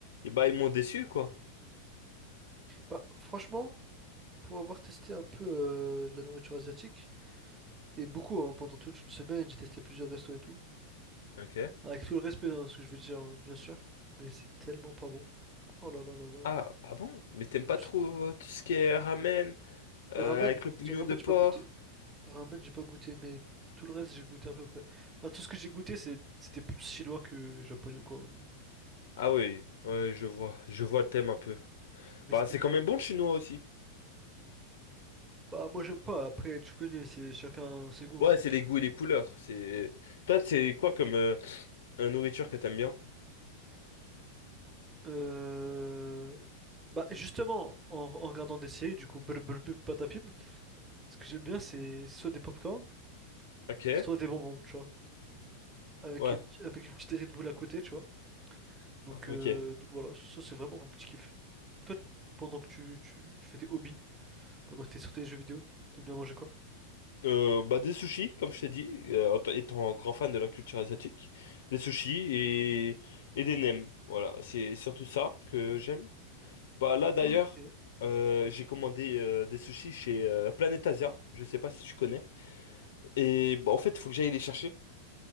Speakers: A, on the left; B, on the right.
A: et bah ils m'ont déçu quoi.
B: Bah, franchement, pour avoir testé un peu euh, de la nourriture asiatique, et beaucoup, hein, pendant toute une semaine, j'ai testé plusieurs restos et tout.
A: Ok.
B: Avec tout le respect, hein, ce que je veux dire, hein, bien sûr. Mais c'est tellement pas bon. Oh là là là là.
A: Ah, ah bon? Mais t'aimes
B: Je
A: pas
B: trouve
A: trop
B: ça-
A: euh, tout ce qui est ramen euh,
B: Ramen,
A: avec le bouillon
B: j'ai- ramen,
A: de porc?
B: j'ai pas goûté. Ramen, j'ai pas goûté, mais tout le reste, j'ai goûté à peu près. Enfin, tout ce que j'ai goûté, c'est, c'était plus chinois que japonais, quoi. Mais,
A: Ah oui, ouais, je vois, je vois le thème un peu.
B: mais
A: Bah,
B: c'était
A: c'est
B: pas.
A: quand même bon le chinois aussi.
B: Bah, moi, j'aime pas. Après, tu connais, c'est chacun ses goûts.
A: Ouais,
B: hein.
A: c'est les goûts et les couleurs. C'est toi, c'est quoi comme euh, euh, nourriture que t'aimes bien?
B: Euh, Bah justement, en, en regardant des séries, du coup, brr, brr, brr, patapim, ce que j'aime bien, c'est soit des popcorn,
A: Ok,
B: soit des bonbons, tu vois. Avec
A: ouais,
B: une, avec une petite Red Bull à côté, tu vois. Donc,
A: ok.
B: euh, donc voilà, ça c'est vraiment mon petit kiff. Toi, tu- pendant que tu, tu, tu fais tes hobbies, pendant que t'es sur tes jeux vidéo, t'aimes bien manger quoi?
A: Euh, bah des sushis, comme je t'ai dit, euh, en t- étant grand fan de la culture asiatique, des sushis et et des nems. Voilà, c'est surtout ça que j'aime. Bah là d'ailleurs,
B: Ok,
A: euh, j'ai commandé euh, des sushis chez euh, Planet Asia. Je sais pas si tu connais. Et bah en fait, il faut que j'aille les chercher.